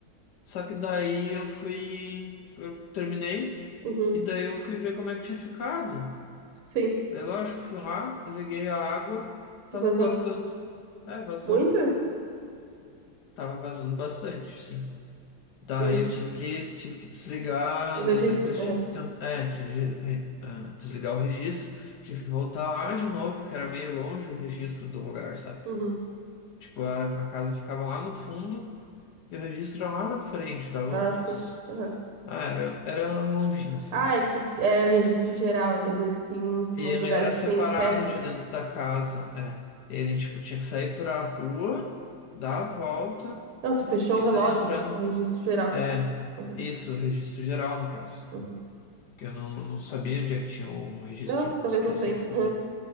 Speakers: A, on the left (about 65°); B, on the right (about 85°).
A: Só que daí eu fui, eu terminei
B: Uhum.
A: e daí eu fui ver como é que tinha ficado.
B: Sim.
A: Daí, lógico, fui lá, liguei a água, tava
B: E Vazou.
A: vazando. É, vazou.
B: Muito?
A: Tava vazando bastante, sim. Daí
B: Hum.
A: eu tive que, tive que desligar,
B: O registro?
A: daí depois
B: Aham.
A: tive que tentar, é, tive que re- ah, desligar o registro, tive que voltar lá de novo, que era meio longe o registro do lugar, sabe?
B: Uhum.
A: Tipo, a, a casa ficava lá no fundo e o registro era lá na frente, dava
B: Ah,
A: uns.
B: sim. Aham.
A: Ah, era, era longinho, sabe?
B: Ah, é que tu, é o registro geral, é que às vezes tem uns,
A: E
B: uns
A: ele
B: lugares
A: era
B: que
A: separado
B: tem peça.
A: de dentro da casa, é. Ele, tipo, tinha que sair pra rua, dar a volta
B: Não, tu fechou
A: e
B: o relógio,
A: daí entrar
B: né?
A: no...
B: É O registro geral.
A: É,
B: Uhum,
A: isso, o registro geral, no caso.
B: uhum.
A: Que eu não, não sabia onde é que tinha o, o registro
B: Não, talvez
A: específico
B: não tenha. Uhum,
A: da...